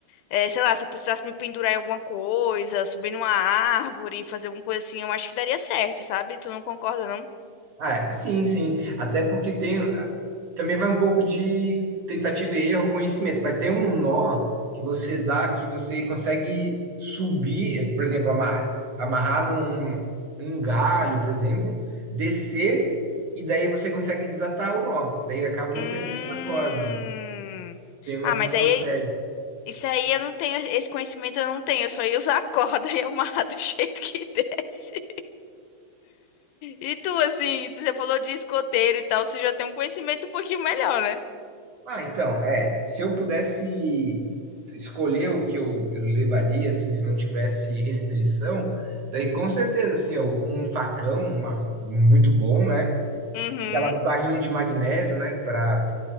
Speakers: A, on the left; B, on the right.
A: é, sei lá, se eu precisasse me pendurar em alguma coisa, subir numa árvore, fazer alguma coisa assim, eu acho que daria certo, sabe? Tu não concorda, não?
B: Ah, é, sim, sim. Até porque tem. ah, Também vai um pouco de tentativa e erro, conhecimento, mas tem um nó que você dá que você consegue subir, por exemplo, amar- amarrar num, num galho, por exemplo, descer, e daí você consegue desatar o nó. Daí acaba
A: Hum.
B: não perdendo a corda. Tem umas
A: Ah, mas
B: estratégias.
A: aí isso aí eu não tenho, esse conhecimento eu não tenho, eu só ia usar a corda e amarrar do <laughs> jeito que desce. E tu, assim, você falou de escoteiro e tal, você já tem um conhecimento um pouquinho melhor, né?
B: Ah, então, é, se eu pudesse escolher o que eu, eu levaria, assim, se não tivesse restrição, daí com certeza, assim, eu- um facão, uma- muito bom, né?
A: Uhum.
B: Aquelas barrinhas de magnésio, né, para